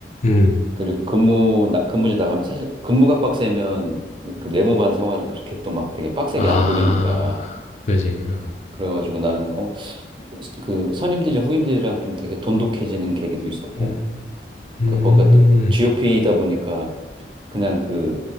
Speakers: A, on the left (about 40°); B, on the right (about 25°).
A: 음,
B: 그리고 근무, 나, 근무지 나가면, 사실 근무가 빡세면 그 내무반 생활은 그렇게 또 막 되게 빡세게
A: 아,
B: 안 굴리니까.
A: 그지. 어.
B: 그래가지고 나는, 어, 그 선임들이랑 후임들이랑 좀 되게 돈독해지는 계기도 있었고,
A: 음, 음,
B: 그 거기가 또 GOP이다 보니까 그냥 그